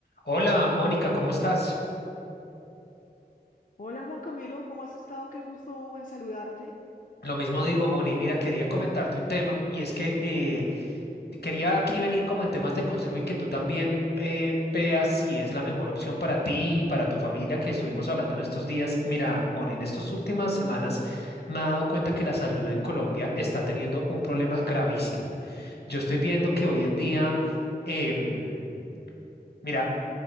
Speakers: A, on the left; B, on the left.
A: Hola, Mónica, ¿cómo estás?
B: Hola Juan Camilo, ¿cómo has estado? Qué gusto en saludarte.
A: Lo mismo digo, Moni. Mira, quería comentarte un tema y es que eh, quería aquí venir como en temas de consejo y que tú también eh, veas si es la mejor opción para ti y para tu familia que estuvimos hablando en estos días. Mira, Moni, en estas últimas semanas me he dado cuenta que la salud en Colombia está teniendo un problema gravísimo. Yo estoy viendo que hoy en día, em, mira,